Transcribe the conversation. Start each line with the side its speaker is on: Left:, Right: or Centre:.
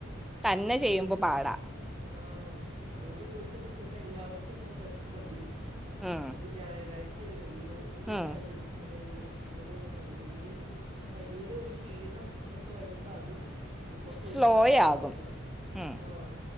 Right: പക്ഷെ
Centre: തന്നെ
Right: അതങ്ങനെ
Centre: ചെയ്യുമ്പോൾ പാടാ
Right: ആഹ് ഒരു ദിവസം കിട്ടുമ്പോ എല്ലാവർക്കും തന്നെ കുറച്ച് മടി വരും.
Centre: ഉം
Right: ഒരു ഞായറാഴ്ചയല്ലേ ഉള്ളൂ ഒരു ദിവസം
Centre: ഉം
Right: അല്ലേ ഇ വണള്ളൂ അങ്ങനെയൊക്കെ പറഞ്ഞു പിന്നെ ഈ പനിയുടെ ഒരു ക്ഷീണം ഒക്കെ വരുമ്പോൾ അതും നമുക്ക്
Centre: സ്ലോ
Right: ഒരു മടുപ്പാണല്ലോ.
Centre: ആകും ഉം
Right: ആഹ്